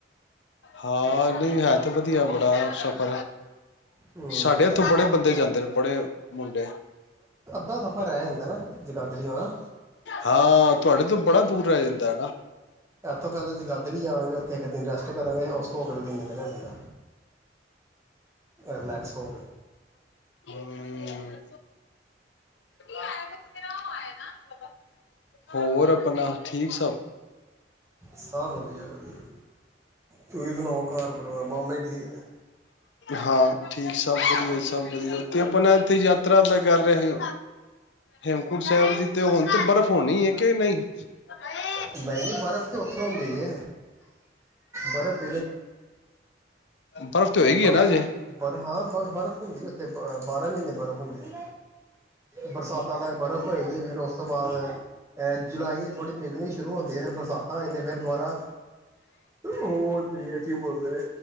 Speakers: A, on the left; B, on the right.
A: ਹਾਂ ਨਹੀਂ, ਹੈ ਤੇ ਵਧੀਆ ਬੜਾ ਸਭ
B: ਹੂੰ
A: ਸਾਡੇ ਉੱਥੋਂ ਬੜੇ ਬੰਦੇ ਜਾਂਦੇ ਨੇ, ਬੜੇ ਮੁੰਡੇ
B: ਉਹਾ ਸਫ਼ਰ ਰਹਿ ਜਾਂਦਾ ਨਾ ਜਗਾਦਰੀ ਵਾਲਾ
A: ਹਾਂ ਤੁਹਾਡੇ ਤੋਂ ਬੜਾ ਦੂਰ ਰਹਿ ਜਾਂਦਾ ਹਨਾ।
B: ਇੱਥੋਂ ਪਹਿਲਾਂ ਜਗਾਦਰੀ ਜਾਵਾਂਗੇ, ਉੱਥੇ ਇੱਕ ਦਿਨ ਰੈਸਟ ਕਰਾਂਗੇ ਉਸ ਤੋਂ ਅਗਲੇ ਦਿਨ ਚਲਿਆ ਬੰਦਾ, ਰਿਲੈਕਸ ਹੋ ਕੇ
A: <inaudible> ਹੂੰ ਆਇਆ, ਆਇਆ ਨਾ ਹੋਰ ਆਪਣਾ, ਠੀਕ ਸਭ
B: ਸਭ ਵਧੀਆ- ਵਧੀਆ, ਤੁਸੀਂ ਸੁਣਾਓ ਘਰ ਪਰਿਵਾਰ, ਮਾਮੇ ਠੀਕ ਨੇ
A: ਹਾਂ ਠੀਕ ਸਬ ਵਦੀਆਂ ਸਭ ਵਧੀਆ ਤੇ ਆਪਾਂ ਨਾ ਇੱਥੇ ਯਾਤਰਾ ਆਪਾਂ ਕਰ ਰਹੇ ਸੀ, ਹੇਮਕੁੰਟ ਸਾਹਿਬ ਦੀ ਤੇ ਹੁਣ ਤੇ ਬਰਫ਼ ਹੋਣੀ ਹੈ ਕਿ ਨਹੀਂ <inaudible>
B: ਨਹੀਂ ਨਹੀਂ, ਬਰਫ਼ ਉੱਥੇ ਹੁੰਦੇ ਜੇ, ਬੜੇ <unintelligible>
A: ਬਰਫ਼ ਤੇ ਹੋਏਗੀ
B: ਬ
A: ਹੈ ਨਾ ਅਜੇ
B: ਬ ਹਾਂ, ਬ ਬਰਫ਼ ਹੁੰਦੀ ਉੱਥੇ ਬਾਰਾਂ ਮਹੀਨੇ ਬਰਫ਼ ਹੁੰਦੀ ਬਰਸਾਤਾਂ ਤੱਕ ਬਰਫ਼ ਹੋਏਗੀ, ਫੇਰ ਉਸ ਤੋਂ ਬਾਅਦ ਜੁਲਾਈ ਥੋੜ੍ਹੀ ਪਿਕਨਿਕ ਸ਼ੁਰੂ ਹੁੰਦੀ ਹੈ। ਫਿਰ ਬਰਸਾਤਾਂ ਆਈ ਜਾਂਦੀਆਂ, ਫਿਰ ਦੁਬਾਰਾ ਉਹਦੀ ਕੀ ਬੋਲਦੇ